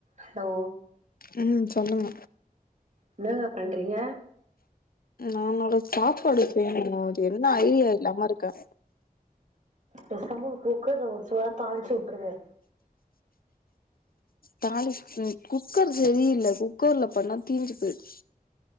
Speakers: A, on the right; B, on the left.
A: ஹ்லோ
B: ம் சொல்லுங்க
A: என்னாங்க பண்றீங்க
B: நா நல சாப்பாடு சேமிக்கணு அது என்ன ஐய இல்லாம இருக்கே
A: பேசாம குக்கர்ல ஒரு சுவா தாளிச்சு வுட்ருங்க
B: தாலிக் ம் குக்கர் சரியில்ல குக்கர்ல பண்ணா தீஞ்சு போய்ர்ச்